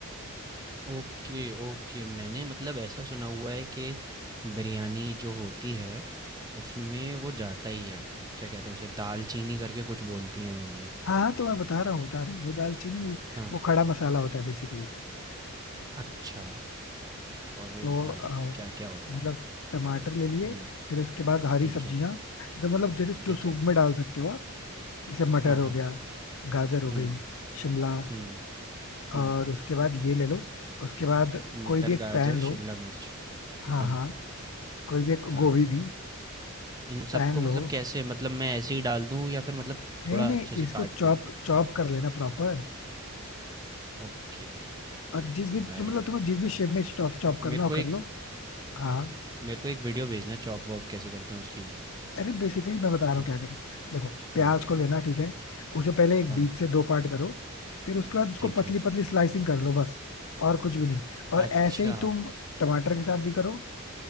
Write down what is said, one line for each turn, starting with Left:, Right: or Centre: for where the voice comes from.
Right: Okay, okay. मैंने मतलब ऐसा सुना हुआ है कि बिरयानी जो होती है, उसमें वो जाता ही है, क्या कहते हैं उसे, दालचीनी करके कुछ बोलती हैं मम्मी।
Left: हाँ हाँ तो मैं बता रहा हूँ बता रहा हूँ वो दालचीनी
Right: हाँ,
Left: वो खड़ा मसाला होता है बेसिकली
Right: अच्छा। अरे
Left: तो
Right: भाई,
Left: अ,
Right: क्या-क्या होता
Left: मतलब
Right: है।
Left: टमाटर ले लिए
Right: हुँ,
Left: फिर उसके बाद हरी
Right: ठीक
Left: सब्जियां
Right: है,
Left: जो मतलब जैसे जो
Right: ठीक
Left: सूप
Right: है।
Left: में डाल सकते हो जैसे मटर
Right: हाँ,
Left: हो
Right: हाँ।
Left: गया गाजर हो
Right: हुँ,
Left: गई शिमला
Right: हुँ,
Left: और
Right: हुँ।
Left: उसके बाद ये ले लो उसके बाद कोई
Right: मटर,
Left: भी एक
Right: गाजर,
Left: पैन लो
Right: शिमला मिर्च।
Left: हाँ
Right: हाँ,
Left: हाँ कोई भी एक
Right: हाँ।
Left: गोभी भी
Right: इन
Left: पैन
Right: सबको मतलब
Left: लो
Right: कैसे, मतलब मैं ऐसे ही डाल दूँ या फिर मतलब
Left: नहीं
Right: थोड़ा
Left: नहीं
Right: अच्छे से
Left: इसको
Right: काट-पीट
Left: चॉप
Right: के?
Left: चॉप कर लेना प्रॉपर
Right: ओके
Left: और जिस भी
Right: भाई
Left: जो मतलब तुम्हें जिस भी शेप में चॉप चॉप करना
Right: मेरे
Left: हो
Right: को एक
Left: कर लो हाँ
Right: मेरे को एक वीडियो भेजना चॉप वॉप कैसे करते हैं उसकी भी
Left: अरे बेसिकली मैं बता रहा
Right: ठीक
Left: हूँ क्या करना देखो प्याज
Right: है हाँ
Left: को लेना ठीक है उसे पहले एक
Right: हाँ
Left: बीच से दो पार्ट करो फिर उसके बाद उसको
Right: ठीक
Left: पतली
Right: है
Left: पतली स्लाइसिंग कर लो बस और कुछ भी नहीं और
Right: अच्छा
Left: ऐसे ही तुम टमाटर के साथ भी करो